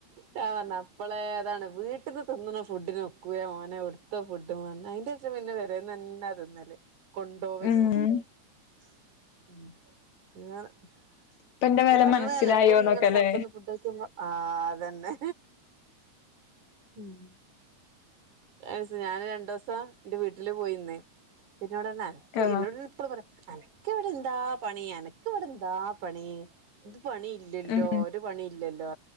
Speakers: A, on the right (about 70°); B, on the left (about 70°).
A: ഞാൻ പറഞ്ഞ അപ്പളേ താണ് വീ ട്ട്ന്ന് തിന്നുന്ന ഫുഡിന് ഒക്കൂല്ല മോനെ എടുത്ത ഫുഡും വ അയിന്റെ ശേഷം പിന്നെ പെരെ ന്നെ തിന്നല് കൊണ്ടോവാലും
B: ഉം
A: പിന്നെ
B: ഇപ്പൊ എന്റെ വില
A: പറഞ്ഞണല്ല
B: മനസ്സിലായോന്നൊക്കെ
A: എപ്പഴും ഇങ്ങനെ
B: അല്ലേ
A: പൊറത്തന്ന് ഫുഡ്കഴികുമ്പോ ആഹ് അതന്നെ ഉം ഒരീസം ഞാന് രണ്ടു ദിവസം ന്റെ വീട്ടില് പോയിന്ന് അപ്പന്നെടർന്ന് അനക്ക്
B: ആ
A: ഇന്നോട് യെപ്പ പറി അനക്ക് വിടന്താ പണി അനക് വിടന്താ പണി ഇത് പണി ഇല്ല ഇല്ലല്ലോ
B: ഉം
A: ഒരു പണി ഇല്ലല്ലോ